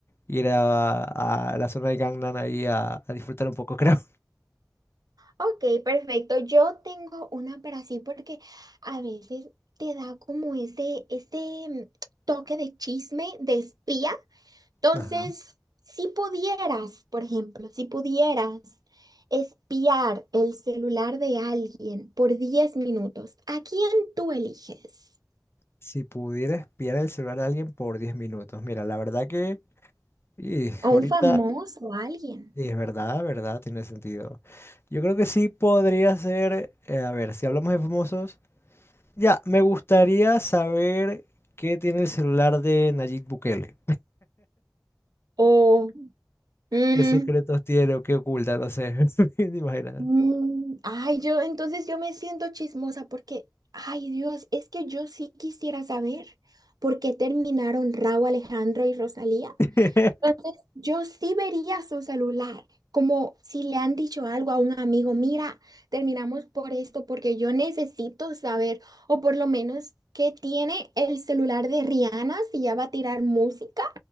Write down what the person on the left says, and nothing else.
ir a, a la zona de Gangnam ahí a, a disfrutar un poco, <laughs> creo.
Ajá.
Si pudiera espiar el celular de alguien por 10 minutos. Mira, la verdad que y
ahorita
y es verdad, verdad, tiene sentido. Yo creo que sí podría ser, eh, a ver, si hablamos de famosos. Ya, me gustaría saber qué tiene el celular de Nayib Bukele.
¿Qué secretos tiene o qué oculta? No sé. <laughs> Imagínate.
<laughs>